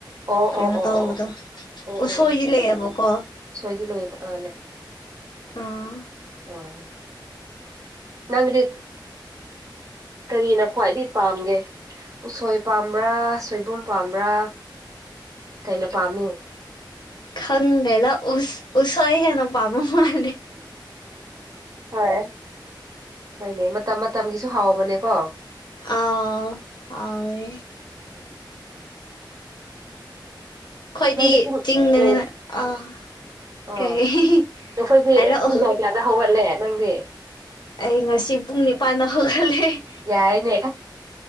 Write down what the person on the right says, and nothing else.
ꯑꯣ
ꯑꯣ ꯑꯣ
ꯑꯣ ꯑꯣ ꯑꯣ
ꯑꯣ ꯑꯣ
ꯁꯣꯏꯗꯤ ꯂꯣꯏ ꯑ
ꯑꯥ ꯅꯪꯗꯤ ꯀꯔꯤꯅ ꯈ꯭ꯋꯥꯏꯗꯤ ꯄꯥꯝꯒꯦ ꯎꯁꯣꯏ ꯄꯥꯝꯕ꯭ꯔꯥ ꯁꯣꯏꯕꯨꯝ ꯄꯥꯝꯕ꯭ꯔꯥ ꯀꯩꯅ ꯄꯥꯝꯃꯤ
ꯍꯣꯏ ꯍꯣꯏꯅꯦ ꯃꯇꯝ ꯃꯇꯝꯒꯤꯁꯨ ꯍꯥꯎꯕꯅꯦ ꯀꯣ
ꯎꯝ
ꯅꯪꯗꯤ ꯄꯨꯡ
ꯎꯝ
ꯑꯥ
ꯅꯈꯣꯏꯗꯤ
ꯄꯨꯡ ꯀꯌꯥ ꯀꯌꯥꯗ ꯍꯧꯒꯠꯂꯦ ꯅꯪꯗꯤ
ꯌꯥꯏꯅꯦ